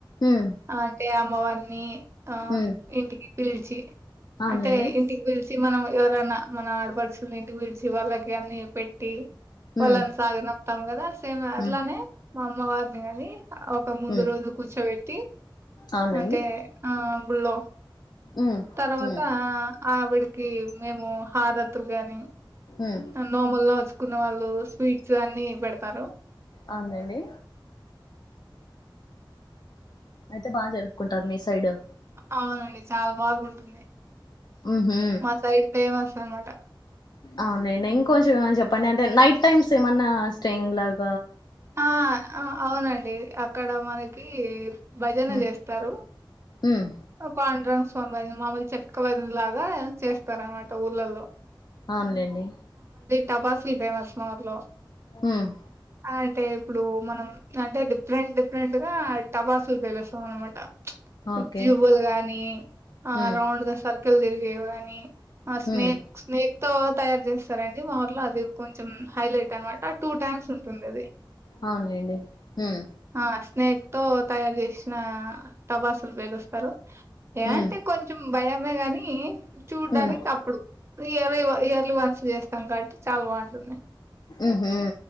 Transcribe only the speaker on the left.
ఉమ్
ఉమ్
అవునండి
ఉమ్
ఉమ్
ఉమ్
అవునండి
ఉమ్
ఉమ్
ఉమ్
అవునండి అయితే బాగా జరుపుకుంటారు మీ సైడు
హ్మ్ హు
అవునండి ఇంకొంచెం చెప్పండి అంటే నైట్ టైమ్స్ ఏమన్నా స్టెంగ్ లాగ్
ఉమ్
ఉమ్
అవునులేండి
హ్మ్
ఓకే
ఉమ్
ఉమ్
అవునులేండి మ్
ఉమ్
ఉమ్
మ్ హ